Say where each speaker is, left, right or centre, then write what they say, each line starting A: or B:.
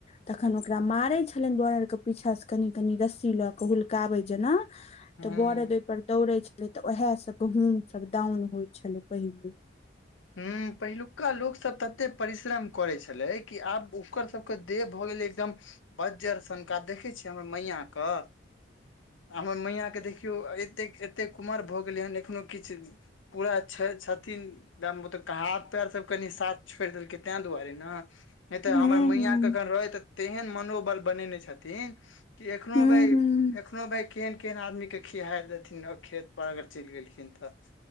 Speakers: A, on the left (about 30°); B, on the left (about 80°).
A: तखन ओकरा मारै छलनि दुआाइर के पीछा से कनि कनि रस्सी लऽ के हुलकाबे जेना तऽ
B: हूँ
A: बरद ओहिपर दौड़े छलै तऽ उएह से गहूँम सब दाउन होइ छलै पहिने
B: हुं पहिलुका लोकसभ ततेक परिश्रम करै छलै कि आब ओकर सबके देह भऽ गेलै एकदम बज्जर सनका देखै छियै हमर मैयां क हमर मैयां के देखियौ एतेक एतेक उमर भऽ गेलै हन एखनो किछु पूरा छै छथिन दम ओ तऽ क हाथ पएर सब कनि साथ छोड़ि देलकै तें दुआरे न नहि तऽ
A: हूँ
B: हमर मैयां के अगर रहै तऽ तेहन मनोबल बनेने छथिन कि एखनो
A: हूँ
B: भाय एख
A: हूँ
B: एखनो भाय केहन -केहन आदमी के खिहारि देथिन खेत पर अगर चैल गेलखिन तऽ